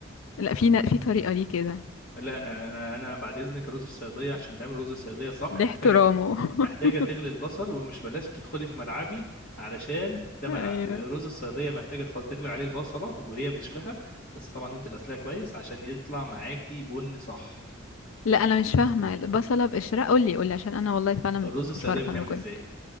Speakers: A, on the left (about 80°); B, on the left (about 45°).
A: لا في ن- في طريقة ليه كده
B: لا انا انا انا بعد اذنك رز الصياديه عشان تعمل رز الصياديه صح
A: ليه
B: محتاجه
A: احترامه <laughs>
B: محتاجه تغلي البصل ومش بلاش تدخلي في ملعبي علشان ده ملعبي
A: ايوه
B: رز الصياديه محتاجه تحط تغلي عليه البصله وهي بقشرها بس طبعا وانت غسلاها كويس عشان يطلع معاكي بن صح
A: لا انا مش فاهمة البصلة بقشرها قولي قولي عشان انا والله فعلا
B: الرز الصياديه
A: مش بعرف
B: بيتعمل
A: اعمله كويس
B: ازاي